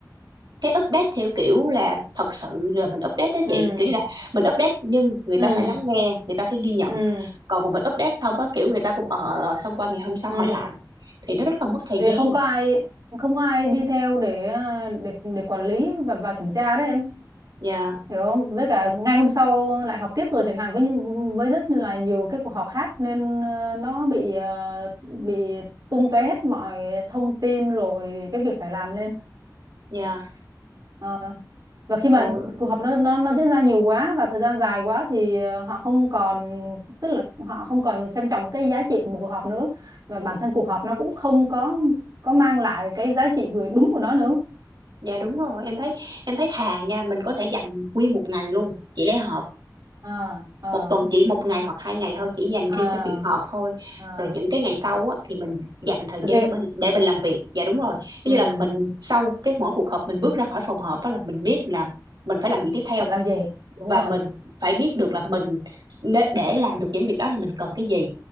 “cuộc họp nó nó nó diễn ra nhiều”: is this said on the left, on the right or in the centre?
Right